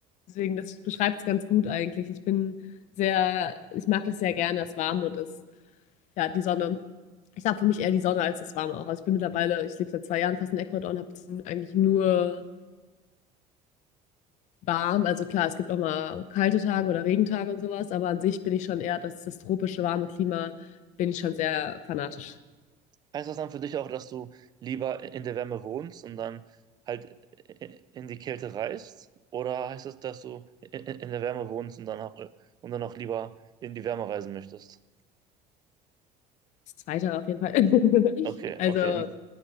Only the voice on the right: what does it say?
Heißt das dann für dich auch, dass du lieber in der Wärme wohnst und dann halt in die Kälte reist? Oder heißt das, dass du in der Wärme wohnst und dann auch, äh, und dann auch lieber in die Wärme reisen möchtest?
Okay,
okay.